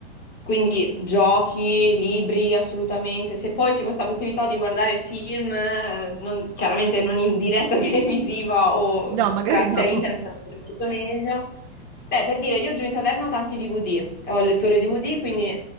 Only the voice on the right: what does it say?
No,
magari
no.